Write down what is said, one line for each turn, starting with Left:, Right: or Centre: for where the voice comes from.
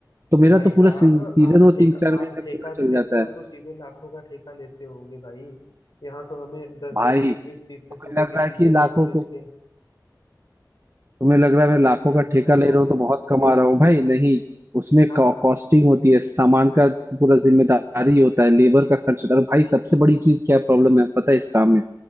Right: तो
Left: तो
Right: मेरा
Left: भाई
Right: तो पूरा
Left: साहब
Right: सी, सीजन
Left: आप
Right: वो
Left: ठेका
Right: तीन चार महीने
Left: आप ठेका
Right: पूरा
Left: भी
Right: चल
Left: लेते
Right: जाता
Left: हो
Right: है
Left: तो सीधे लाखों का ठेका लेते होगे भाई यहाँ तो हमें दस
Right: भाई
Left: दस बीस बीस तीस
Right: तुम्हें
Left: तीस रुपए
Right: लग
Left: की
Right: रहा है
Left: चीजें
Right: कि लाखों
Left: बेच बेच
Right: को
Left: के
Right: तुम्हें लग
Left: बेच
Right: रहा है मैं लाखों
Left: बेच करके
Right: का ठेका
Left: हम
Right: ले
Left: लोग
Right: रहा हूँ
Left: मतलब
Right: तो बहुत कमा रहा हूँ भाई नहीं उसमें
Left: हाँ
Right: कॉस्टिंग
Left: हाँ
Right: होती है सामान का पूरा जिम्मेदारी होता है लेबर का खर्च होता है और भाई सबसे बड़ी चीज क्या प्रॉब्लम है problem है, पता है इस काम में